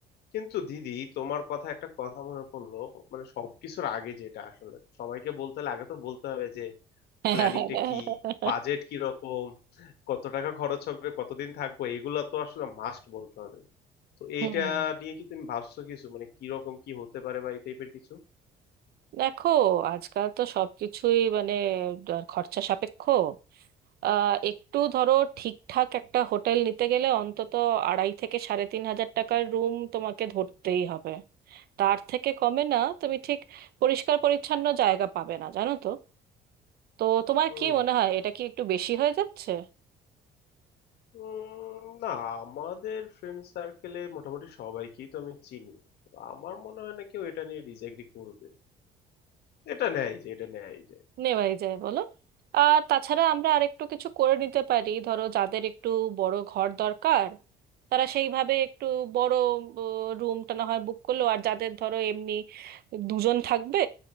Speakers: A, on the left; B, on the right.
A: কিন্তু দিদি তোমার কথা একটা কথা মনে পড়লো মানে সবকিছুর আগে যেটা আসলে সবাইকে বলতে হলে আগে তো বলতে হবে যে
B: <laughs>
A: প্ল্যানিংটা কি বাজেট কি রকম কত টাকা খরচ হবে কতদিন থাকবো এগুলো তো আসলে মাস্ট বলতে হবে তো
B: হুম
A: এইটা নিয়ে কি তুমি ভাবছো কিছু মানে কি রকম কি হতে পারে বা এই টাইপের কিছু
B: দেখো আজকাল তো সবকিছুই মানে খরচা সাপেক্ষ আহ একটু ধরো ঠিকঠাক একটা হোটেল নিতে গেলে অন্তত আড়াই থেকে সাড়ে তিন হাজার টাকার রুম তোমাকে ধরতেই হবে তার থেকে কমে না তুমি ঠিক পরিষ্কার পরিচ্ছন্ন জায়গা পাবে না জানো তো তো তোমার
A: হুম
B: কি মনে হয় এটা কি একটু বেশি হয়ে যাচ্ছে
A: উম, না আমাদের ফ্রেন্ড সার্কেলে মোটামুটি সবাইকেই তো আমি চিনি তো আমার মনে হয় না কেউ এটা নিয়ে ডিসএগ্রি করবে এটা নেয় যে এটা নেয় যে
B: নেওয়াই যায় বলো আর তাছাড়া আমরা আরেকটু কিছু করে নিতে পারি ধরো যাদের একটু বড় ঘর দরকার তারা সেইভাবে একটু বড় রুমটা না হয় বুক করলো আর যাদের ধরো এমনি দুজন থাকবে